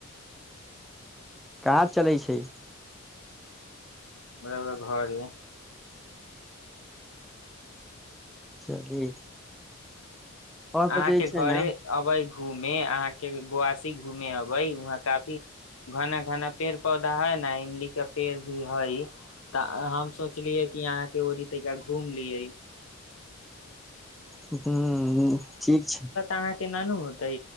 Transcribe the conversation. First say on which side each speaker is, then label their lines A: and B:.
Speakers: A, in the centre; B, on the left.
A: कहाँ चलै छै
B: रौआ घरे
A: चली आओर
B: अहाँके
A: बतै
B: घरे
A: छै ने
B: अबे घूमे अहाँके गांव घूमे अबै वहाँ काफी घना घना पेड़ पौधा है ने इमली केा पेड़ भी हइ तऽ हम सोचलियै कि यहाँ के ओ तरिका घूम लिय
A: ह हुँ ठीक छै
B: अहाँके न नु होतै